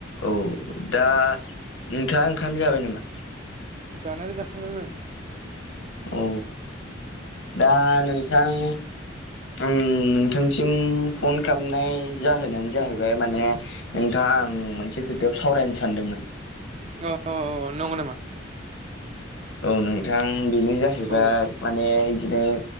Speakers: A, on the left; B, on the right.
A: औ दा नोंथाङा ओंखाम जाबाय नामा?
B: जानायाल' जाखांबायमोन।
A: औ दा नोंथां। आं नोंथांसिम फन खालामनाय जाहोनानो जाहैबाय माने नोंथाङा आं मोनसे खोथायाव सावरायनो सानदोंमोन।
B: अ नंगौ नामा?
A: औ नोंथां बेनो जाहैबाय
B: औ
A: माने इदिनो